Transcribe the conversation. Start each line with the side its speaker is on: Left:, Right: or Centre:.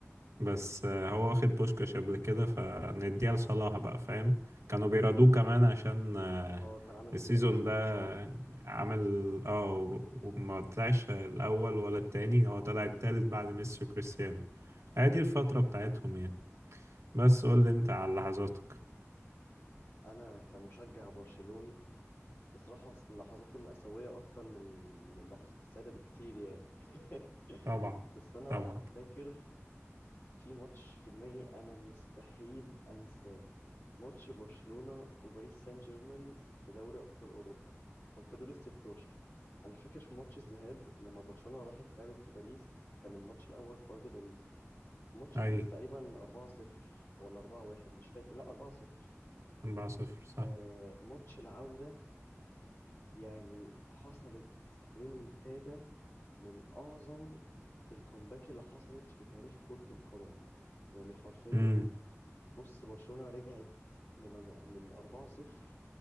Right: بس آه، هو واخد بوشكاش قبل كده فنديها لصلاح بقى فاهم كانوا بيرادوه كمان عشان آه،
Left: اه كان عامل موسم
Right: السيزون
Left: عظيم
Right: ده
Left: بصراحه
Right: عمل اه و- وما طلعش الأول ولا التاني هو طلع التالت
Left: امم
Right: بعد ميسي وكريستيانو هي دي الفترة بتاعتهم يعني بس
Left: ايوه
Right: قول لي انت على لحظاتك
Left: انا كمشجع برشلوني بصراحه اللحظات المأساوية أكتر من ال- من اللحظات السعيدة بكتير يعني <laughs>
Right: طبعا
Left: بس أنا
Right: طبعا
Left: فاكر في ماتش في دماغي انا مستحيل انساه ماتش برشلونة وباريس سان جيرمان في دوري ابطال اوروبا كان في دور ال 16 انا فاكر في ماتش الذهاب لما برشلونة راحت لعبت في باريس كان الماتش الاول في ارض باريس الماتش
Right: اي
Left: خلص تقريبا 4-0 ولا 4-1 مش فاكر لا 4-0
Right: 4 صفر صح
Left: آه ماتش العودة يعني حصلت ريمونتادا من اعظم الكومباك اللي حصلت في تاريخ كرة القدم يعني حرفيا
Right: امم
Left: بص برشلونة رجعت من من 4-0